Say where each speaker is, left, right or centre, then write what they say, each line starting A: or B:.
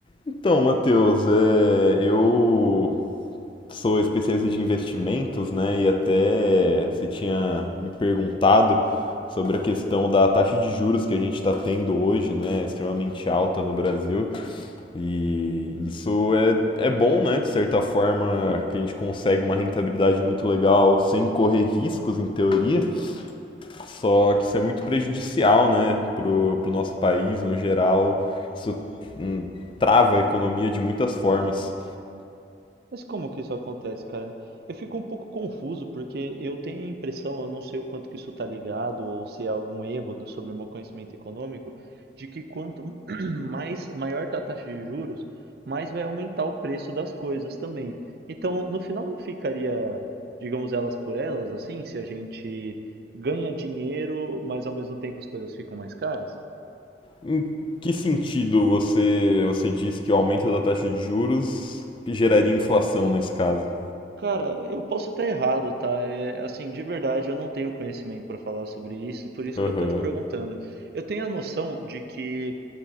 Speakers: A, on the left; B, on the right.
A: Então, Matheus, é, eu sou especialista de investimentos, né? E até você tinha me perguntado sobre a questão da taxa de juros que a gente está tendo hoje, né? Extremamente alta no Brasil. E isso é, é bom,
B: É.
A: né? De certa forma, que a gente consegue uma rentabilidade muito legal sem correr riscos, em teoria. Só que isso é muito prejudicial, né, pro, pro nosso país no geral. Isso hum, trava a economia de muitas formas.
B: Mas como que isso acontece, cara? Eu fico um pouco confuso porque eu tenho a impressão, eu não sei o quanto que isso está ligado ou se é algum erro do- sobre o meu conhecimento econômico, de que quanto <clears throat> mais maior tá a taxa de juros, mais vai aumentar o preço das coisas também. Então, no final não ficaria, digamos, elas por elas, assim, se a gente ganha dinheiro, mas ao mesmo tempo as coisas ficam mais caras?
A: Em que sentido você, você diz que o aumento da taxa de juros geraria inflação nesse caso?
B: Cara, eu posso estar errado, tá? É, assim, de verdade, eu não tenho conhecimento para falar sobre isso, por isso
A: Aham.
B: que eu tô te perguntando. Uhum. Eu tenho a noção de que